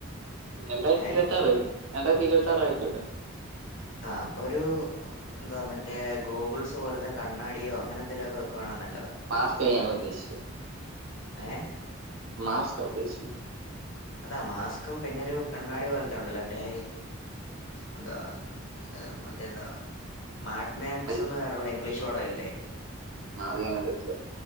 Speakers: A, on the right; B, on the left.
A: രണ്ടായിരത്തി
B: ഏ
A: ഇരുപത്താറ് രണ്ടായിരത്തി ഇരുപത്താറ് ആയിക്കോട്ടെ
B: ആഹ് അപ്പൊ ഒരു എന്താ മറ്റേ ഗൂഗിൾസ് പോലത്തെ കണ്ണാടിയോ അങ്ങനെ എന്തെലുമൊക്കെ വെക്കാണെ നല്ല
A: മാസ്കിനെയാണോ ഉദ്ദേശിച്ച്ക്കണത്
B: ഏഹ്
A: മാസ്ക്ക ഉദ്ദേശിക്കുന്നത്
B: അതാ മാസ്ക്കും പിന്നൊരു കണ്ണാടി പോലത്ത ഉണ്ടല്ലോ <unintelligible> എന്താ ഏഹ് മറ്റെന്താ മാഡ് മാക്സ്
A: അല്ല,
B: എന്ന് പേരുള്ള ഇംഗ്ലീഷ് പടമില്ലേ
A: ആഹ് അത് ഞാൻ കണ്ടിട്ടില്ല